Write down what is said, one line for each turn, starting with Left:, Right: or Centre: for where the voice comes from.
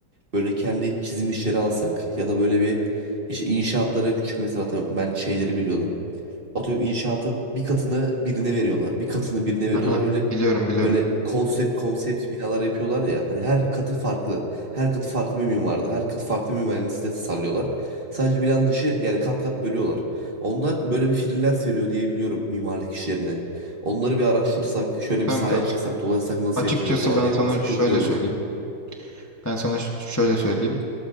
Right: böyle kendi çizim işleri alsak ya da böyle bir işte inşaatlara küçük mesela atıyorum ben şeyleri biliyordum atıyorum inşaatın bir katını birine veriyorlar. Bir katını birine veriyorlar.
Left: Aha,
Right: Böyle
Left: biliyorum biliyorum.
Right: böyle konsept konsept binalar yapıyorlar ya. Hani her katı farklı. Her katı farklı bir mimarda. Her katı farklı bir mühendislikte sitesi tasarlıyorlar. Sadece binanın dışı yani kat kat bölüyorlar. Onlar böyle bir freelance veriyor diye biliyorum mimarlık işlerine. Onları bir araştırsak, şöyle bir
Left: Kanka
Right: sahaya çıksak, dolaşsak nasıl
Left: açıkçası
Right: yapılıyor falan
Left: ben
Right: diye
Left: sana
Right: baksak
Left: şöyle
Right: çok iyi olur.
Left: söyleyeyim. Ben sana ş- şöyle söyleyeyim.